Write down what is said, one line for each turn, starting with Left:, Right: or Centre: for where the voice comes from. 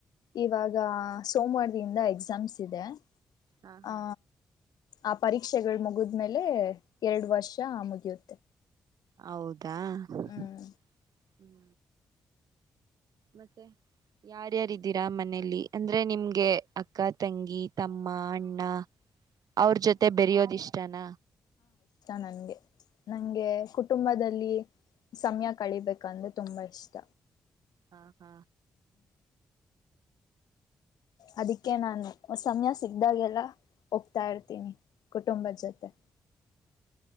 Left: ಇವಾಗ ಸೋಮವಾರಿಯಿಂದ ಎಕ್ಸಾಮ್ಸ್ ಇದೆ
Right: ಹಾ ಹಾ
Left: ಆ ಆ ಪರೀಕ್ಷೆಗಳು ಮುಗಿದ್ಮೇಲೆ ಎರಡು ವರ್ಷ ಮುಗಿಯುತ್ತೆ
Right: ಹೌದಾ ಹ್ಮ
Left: ಹ್ಮ್
Right: ಮತ್ತೆ ಯಾರ್ಯಾರಿದ್ದೀರಾ ಮನೇಲಿ ಅಂದ್ರೆ ನಿಮ್ಗೆ ಅಕ್ಕ ತಂಗಿ ತಮ್ಮ ಅಣ್ಣ ಅವ್ರ ಜೊತೆ ಬೆರೆಯೋದ ಇಷ್ಟನಾ
Left: ನಂಗೆ ನಂಗೆ ಕುಟುಂಬದಲ್ಲಿ ಸಮಯ ಕಳಿಬೇಕಂದ್ರೆ ತುಂಬಾ ಇಷ್ಟ
Right: ಹಾ ಹಾ
Left: ಅದಿಕ್ಕೆ ನಾನು ಸಮಯ ಸಿಗ್ದಾಗೆಲ್ಲ ಹೋಗ್ತಾ ಇರ್ತೀನಿ ಕುಟುಂಬದ ಜೊತೆ
Right: <inaudible>